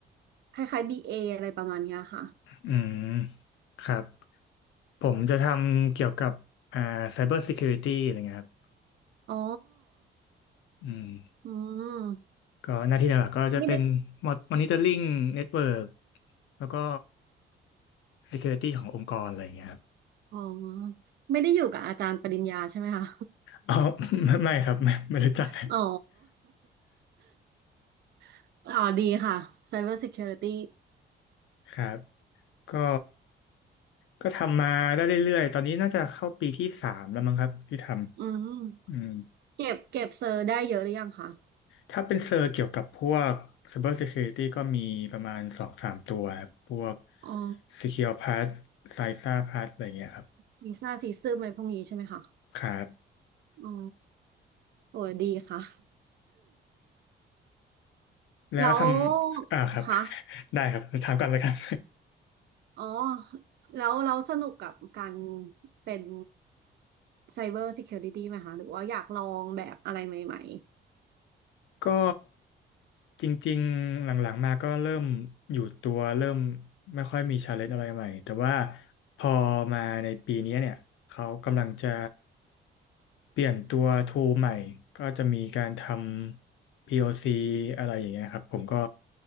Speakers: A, on the right; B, on the left.
A: คล้ายๆ BA ออะไรประมาณเนี้ยค่ะ
B: อืมครับผมจะทำเกี่ยวกับอ่า Cyber Security อะไรเงี้ยครับ
A: อ๋อ
B: อืม
A: อืม
B: ก็หน้าที่หลักๆก็จะเป็น
A: ไม่ได้
B: Monitoring Network แล้วก็ Security ขององค์กรอะไรอย่างเงี้ยครับ
A: อ๋อ ไม่ได้อยู่กับอาจารย์ปริญญาใช่ไหมคะ
B: อ๋อ <laughs> ไม่ไม่ครับไม่ไม่รู้จัก
A: <laughs> อ๋อ <laughs> อ๋อดีค่ะ Cyber Security
B: ครับก็ก็ทำมาได้เรื่อยๆตอนนี้น่าจะเข้าปีที่สามแล้วมั้งครับที่ทำอืม
A: อืมเก็บเก็บเซอร์ได้เยอะหรือยังคะ
B: ถ้าเป็นเซอร์เกี่ยวกับพวก Cyber Security ก็มีประมาณสองสามตัวครับพวก
A: อ๋อ
B: Secure Pass Cysa Pass อะไรเงี้ยครับ
A: ซีซ่าซีซึมอะไรพวกนี้ใช่ไหมคะ
B: ครับ
A: อ๋อโอ้ยดีค่ะ <laughs>
B: แล้วทำอ่าครับ
A: แล้วคะ
B: <laughs> ได้ครับถามกันเลยครับ
A: อ๋อแล้วเราสนุกกับการเป็นไซเบอร์ซิเคียวริตี้ไหมคะหรือว่าอยากลองแบบอะไรใหม่
B: ก็จริงๆหลังๆมาก็เริ่มอยู่ตัวเริ่มไม่ค่อยมีชาเลนจ์อะไรใหม่แต่ว่าพอมาในปีนี้เนี่ยเขากำลังจะเปลี่ยนตัวทูใหม่ก็จะมีการทำ POC อซีอะไรอย่างเงี้ยครับผมก็